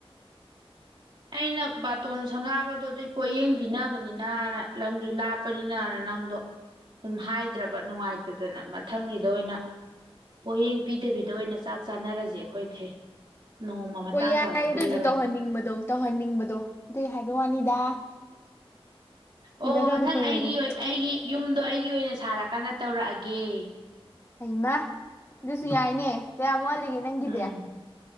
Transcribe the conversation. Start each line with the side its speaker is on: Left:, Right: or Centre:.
Right: ꯑꯩꯅ ꯕꯥꯇꯣꯟ ꯁꯪꯒꯥꯕꯗꯨꯗꯤ ꯄꯣꯌꯦꯡ ꯄꯤꯅꯕꯅꯤꯅꯅ ꯂꯝꯁꯨ ꯂꯥꯞꯄꯅꯤꯅꯅ ꯅꯪꯗꯣ ꯁꯨꯝ ꯍꯥꯏꯗ꯭ꯔꯕ ꯅꯨꯡꯉꯥꯏꯇꯗꯅ ꯃꯊꯪꯒꯤꯗ ꯑꯣꯏꯅ ꯄꯣꯌꯦꯡ ꯄꯤꯗꯕꯤꯗ ꯑꯣꯏꯅ ꯆꯥꯛ ꯆꯥꯅꯔꯁꯦ ꯑꯩꯈꯣꯏꯈꯩ ꯅꯣꯡꯃ ꯃꯇꯥꯡ
Left: ꯑꯣ ꯌꯥꯏ
Right: ꯆꯥꯕꯗ ꯄꯨꯜꯂꯒ
Left: ꯑꯗꯨꯁꯨ ꯇꯧꯍꯟꯅꯤꯡꯕꯗꯣ ꯇꯧꯍꯟꯅꯤꯡꯕꯗꯣ ꯑꯗꯣ ꯑꯗꯨꯏ ꯍꯥꯏꯕ ꯋꯥꯅꯤꯗ
Right: ꯑꯣ
Left: ꯎꯅꯗꯕꯁꯨ
Right: ꯃꯊꯪ
Left: ꯀꯨꯏꯔꯦꯗꯅ
Right: ꯑꯩꯒꯤ ꯑꯣꯏ ꯑꯩꯒꯤ ꯌꯨꯝꯗꯣ ꯑꯩꯒꯤ ꯑꯣꯏꯅ ꯁꯥꯔꯀꯥꯟꯗ ꯇꯧꯔꯛꯑꯒꯦ
Left: ꯍꯩꯃ ꯑꯗꯨ ꯁꯤ ꯌꯥꯏꯅꯦ ꯀꯌꯥꯝ ꯋꯥꯠ ꯒꯦ ꯅꯪꯒꯤꯗꯤ
Right: ꯎꯝ